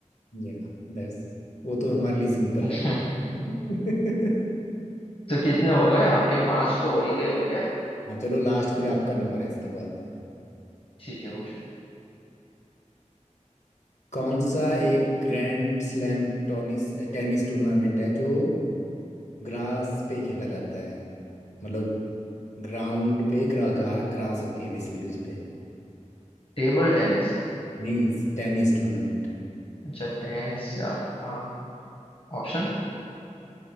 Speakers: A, on the left; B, on the left.
A: या दैट्स वो तो हमारे लिए सिंपल
B: <laughs>
A: है <laughs>
B: तो कितने हो गए आपके पांच तो हो ही गए होंगे
A: हाँ चलो लास्ट फिर आपका नंबर है इसके बाद
B: ठीक है पूछो
A: कौन सा एक grand slam tennis tennis tournament है जो ग्रास पे खेला जाता है मतलब ग्राउंड पे ग्रा, गा, ग्रास होती है बेसिकली उस पे
B: Table tennis
A: नहीं टेनिस टूर्नामेंट
B: अच्छा टेनिस यार हाँ ऑप्शन